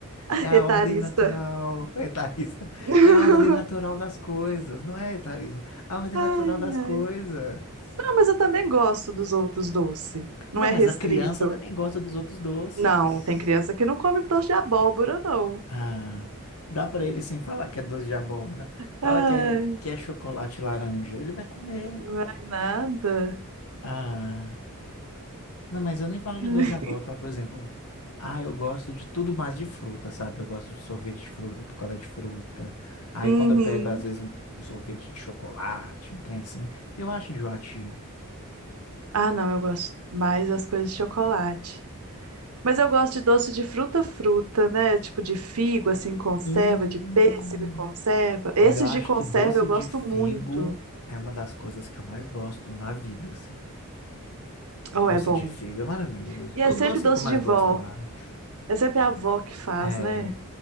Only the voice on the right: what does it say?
etarista.
<laughs>
Ai,
ai. Não, mas eu também gosto dos outros doces. Não
é
restrito.
Não, tem criança que não come doce de abóbora, não.
Ai,
não é nada.
<laughs>
Uhum.
Ah, não, eu gosto mais das coisas de chocolate. Mas eu gosto de doce de fruta, fruta, né? Tipo de figo, assim, em conserva,
de pêssego em conserva. Esses
de conserva
eu gosto
muito.
Oh,
é bom.
E é
sempre
doce
de vó.
É sempre a avó que faz,
né?